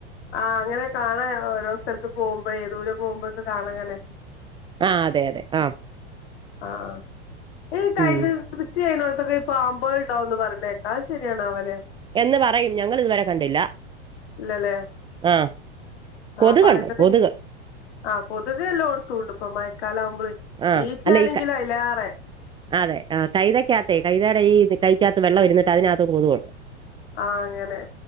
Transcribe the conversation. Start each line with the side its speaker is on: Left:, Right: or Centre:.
Left: ആ അങ്ങനെ കാണാം ഓരോ സ്ഥലത്തു പോകുമ്പോ ദൂരെ പോകുമ്പോ കാണ ങ്ങനെ
Right: ആ അതെയതെ ആ
Left: ആ ഈ കൈതകൃഷി
Right: ഉം
Left: ചെയ്യണോ ഈ പാമ്പുകൾ ഉണ്ടാവുമെന്ന് പറയുന്നത്കേൾകാം അത് ശെരിയണവലെ
Right: എന്ന് പറയും ഞങ്ങൾ ഇതുവരെ കണ്ടില്ല
Left: ഇല്ലലേ
Right: ആഹ്
Left: ആ
Right: കൊതുകുണ്ട്
Left: പറയുന്നത്
Right: കൊതുക്
Left: കേൾ--ആ പൊതുവെ എല്ലാടത്തും ഉണ്ട് പ്പംമഴക്കാലമാകുമ്പോൾ
Right: ആഹ്
Left: ഈച്ച
Right: അല്ല
Left: ആണെങ്കിൽ
Right: ഈ
Left: അയിലേറെ <unintelligible>
Right: അതെ കൈതക്കത്ത് കൈതെടെഈ കൈക്കാത്തു വെള്ളം ഇരുന്ന് അതിനകത്തു കൊതുക് ഉണ്ട്
Left: ആ അങ്ങനെ